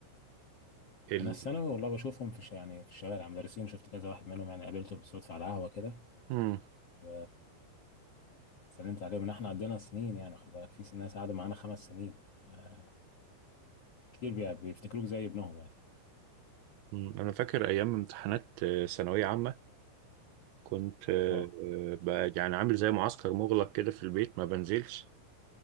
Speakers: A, on the right (about 85°); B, on the left (about 55°).
A: ال...
B: انا الثانوي والله بشوفهم في الش- يعني في الشوارع مدرسين شفت كذا واحد منهم يعني قابلته بالصدفة على قهوة كده
A: مم.
B: و سلمت عليهم ان احنا عندنا سنين يعني خد بالك في ناس قعدوا معانا خمس سنين فكتير بي- بيفتكروك زي ابنهم يعني
A: مم. انا فاكر ايام امتحانات آه، ثانويه عامه كنت آه،
B: اه
A: آه، بقى يعني عامل زي معسكر مغلق كده في البيت ما بنزلش